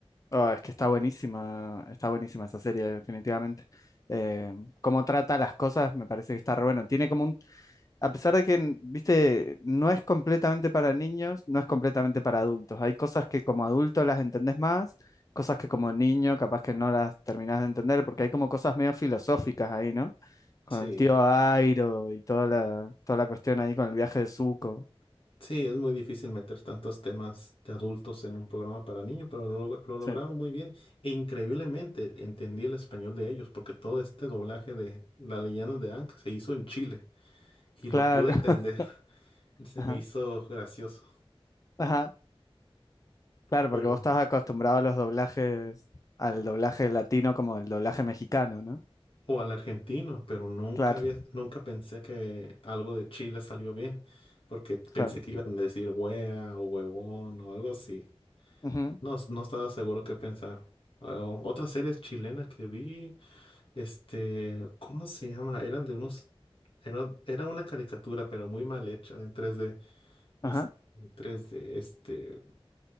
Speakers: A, on the left; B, on the left.
A: Ah, es que está buenísima, está buenísima esa serie, definitivamente. Eh, cómo trata las cosas, me parece que está re bueno. Tiene como un, a pesar de que, viste, no es completamente para niños, no es completamente para adultos. Hay cosas que como adulto las entendés más, cosas que como niño capaz que no las terminás de entender, porque hay como cosas medio filosóficas ahí, ¿no? Con
B: Sí,
A: el tío Airo y toda la, toda la cuestión ahí con el viaje de Zuko.
B: sí, es muy difícil meter tantos temas de adultos en un programa para niños, pero lo, lo lograron
A: Sí,
B: muy bien. E increíblemente entendí el español de ellos, porque todo este doblaje de la leyenda de Ank se hizo en Chile y
A: claro.
B: lo pude entender.
A: <laughs>
B: <laughs> Se
A: Ajá.
B: me hizo gracioso,
A: Ajá, Claro,
B: pero
A: porque vos estás acostumbrado a los doblajes, al doblaje latino como el doblaje mexicano, ¿no?
B: o al argentino, pero nunca
A: Claro,
B: había, nunca pensé que algo de Chile salió bien, porque pensé
A: claro.
B: que iban a decir wea o huevón o algo así.
A: Ujú,
B: No, s- no estaba seguro qué pensar. Ah, otra serie chilena que vi, este, ¿cómo se llama? Eran de unos, era, era una caricatura, pero muy mal hecha, en tres d
A: Ajá.
B: es- en tres d este,